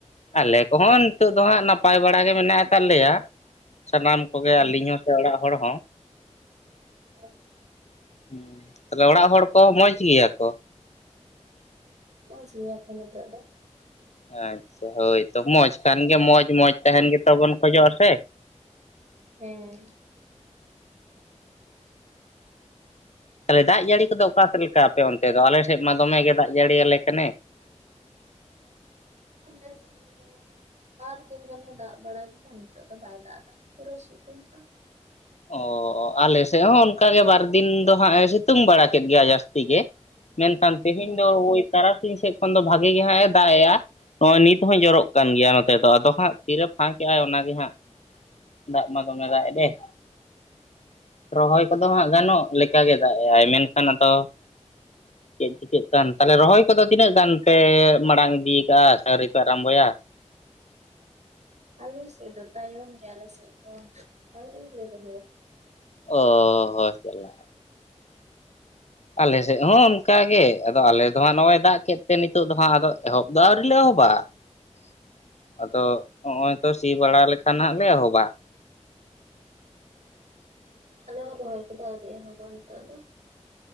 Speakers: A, on the left; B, on the right.
A: ᱟᱞᱮ ᱠᱚᱦᱚᱸ ᱱᱤᱛᱚᱜ ᱫᱚ ᱦᱟᱸᱜ ᱱᱟᱯᱟᱭ ᱵᱟᱲᱟ ᱜᱮ ᱢᱮᱱᱟᱜᱼᱟᱠᱟᱜ ᱞᱮᱭᱟ ᱥᱟᱱᱟᱢ ᱠᱚᱜᱮ
B: ᱦᱩᱸ
A: ᱟᱹᱞᱤᱧ ᱦᱚᱸ ᱥᱮ ᱚᱲᱟᱜ ᱦᱚᱲ ᱦᱚᱸ᱾
B: ᱚ
A: ᱦᱮᱸ ᱛᱟᱦᱚᱞᱮ ᱚᱲᱟᱜ ᱦᱚᱲ ᱠᱚ ᱢᱚᱸᱡᱽ ᱜᱮᱭᱟ ᱠᱚ?
B: ᱢᱚᱡ ᱜᱮᱭᱟ ᱠᱚ ᱱᱤᱛᱚᱜ ᱫᱚ᱾
A: ᱟᱪᱪᱷᱟ ᱦᱳᱭᱛᱚ ᱢᱚᱸᱡᱽ ᱠᱷᱟᱱ ᱜᱮ ᱢᱚᱸᱡᱽ ᱢᱚᱸᱡᱽ ᱛᱟᱦᱮᱱ ᱜᱮ ᱛᱟ ᱵᱚᱱ ᱠᱷᱚᱡᱚᱜᱼᱟ ᱥᱮ
B: ᱦᱮᱸ
A: ᱛᱟᱦᱚᱞᱮ ᱫᱟᱜ ᱡᱟᱹᱲᱤ ᱠᱚᱫᱚ ᱚᱠᱟ ᱥᱮᱫ ᱞᱮᱠᱟ ᱟᱯᱮ ᱚᱱᱛᱮ ᱫᱚ ᱟᱞᱮ ᱥᱮᱫ ᱢᱟ ᱫᱚᱢᱮ ᱜᱮ ᱫᱟᱜ ᱡᱟᱹᱲᱤᱭᱟᱞᱮ ᱠᱟᱱᱮ
B: ᱟᱯᱮ ᱥᱮᱫ ᱦᱚ ᱵᱟᱨᱫᱤᱱ ᱜᱟᱱᱮ ᱫᱟᱜ ᱵᱟᱲᱟ ᱠᱮᱫᱟ ᱱᱤᱛᱳᱜ ᱫᱚ ᱵᱟᱭ ᱫᱟᱜ ᱮᱫᱟ ᱯᱩᱨᱟᱹᱭ ᱥᱤᱛᱩᱝ ᱫᱟ
A: ᱚ ᱟᱞᱮ ᱥᱮᱫ ᱦᱚᱸ ᱚᱱᱠᱟᱜᱮ ᱵᱟᱨ ᱫᱤᱱ ᱫᱚ ᱦᱟᱸᱜ ᱮ ᱥᱤᱛᱩᱝ ᱵᱟᱲᱟ ᱠᱮᱫ ᱜᱮᱭᱟ ᱡᱟᱹᱥᱛᱤ ᱜᱮ᱾ ᱢᱮᱱᱠᱷᱟᱱ ᱛᱮᱦᱮᱧ
B: ᱦᱩᱸ
A: ᱫᱚ ᱳᱭ ᱛᱟᱨᱟᱥᱤᱧ ᱥᱮᱫ ᱠᱷᱚᱱ ᱫᱚ ᱵᱷᱟᱜᱤ ᱜᱮᱦᱟᱸᱜ ᱮ ᱫᱟᱜ ᱮᱜᱼᱟ᱾ ᱱᱚᱜᱼᱚᱭ ᱱᱤᱛ ᱦᱚᱸᱭ ᱡᱚᱨᱚᱜ ᱠᱟᱱ ᱜᱮᱭᱟ ᱱᱚᱛᱮ ᱫᱚ ᱟᱫᱚ ᱦᱟᱸᱜ ᱛᱤᱨᱮ ᱯᱷᱟᱸᱠᱮᱜᱼ ᱟᱭ ᱚᱱᱟᱜ ᱜᱮ ᱦᱟᱸᱜ ᱫᱟᱜ ᱢᱟ ᱫᱚᱢᱮ ᱫᱟᱜ ᱮᱫᱟᱭ ᱨᱚᱦᱚᱭ ᱠᱚᱫᱚ ᱦᱟᱸᱜ ᱜᱟᱱᱚᱜ ᱞᱮᱠᱟᱜᱮ ᱫᱟᱜ ᱮᱜᱼᱟᱭ ᱢᱮᱱᱠᱷᱟᱱ ᱟᱫᱚ, ᱪᱮᱫ ᱪᱤᱠᱟᱹᱜ ᱠᱟᱱ ᱛᱟᱦᱚᱞᱮ ᱨᱚᱦᱚᱭ ᱠᱚᱫᱚ ᱛᱤᱱᱟᱹᱜ ᱜᱟᱱ ᱯᱮ ᱢᱟᱲᱟᱝ ᱤᱫᱤ ᱟᱠᱟ-ᱟ ᱥᱮ ᱟᱣᱨᱤ ᱯᱮ ᱟᱨᱟᱢᱵᱚᱭᱟ?
B: ᱟᱞᱮ ᱥᱮᱫ ᱫᱚ ᱛᱟᱭᱚᱢ ᱜᱮ ᱟᱞᱮ ᱫᱚ ᱟᱣᱨᱤ ᱞᱮ ᱨᱚᱦᱚᱭᱟ᱾
A: ᱚᱻ ᱦᱚ ᱪᱟᱞᱟᱜ ᱟᱞᱮ ᱥᱮᱫ ᱦᱚᱸ ᱚᱱᱠᱟᱜ ᱜᱮ ᱟᱫᱚ ᱟᱞᱮᱫ ᱫᱚ ᱦᱟᱜ ᱱᱚᱜᱼᱚᱭ ᱫᱟᱜ ᱠᱮᱫ ᱛᱮ ᱱᱤᱛᱚᱜ ᱫᱚ ᱦᱟᱜ ᱟᱫᱚ ᱮᱦᱚᱵ ᱫᱚ ᱟᱹᱣᱨᱤ ᱞᱮ ᱮᱦᱚᱵᱟ ᱾ <unintelligible> ᱟᱫᱚ ᱦᱚᱸᱜᱼᱚᱭ ᱛᱚ ᱥᱤ ᱵᱟᱲᱟ ᱞᱮᱠᱷᱟᱱ ᱦᱟᱜ ᱞᱮ ᱮᱦᱚᱵᱟ ᱾ <unintelligible>
B: ᱟᱞᱮ ᱦᱚᱸ ᱨᱚᱦᱚᱭ ᱠᱚᱫᱚ ᱟᱹᱣᱨᱤ ᱮᱦᱚᱵᱚ-ᱟ ᱱᱤᱛᱚᱜ ᱫᱚ᱾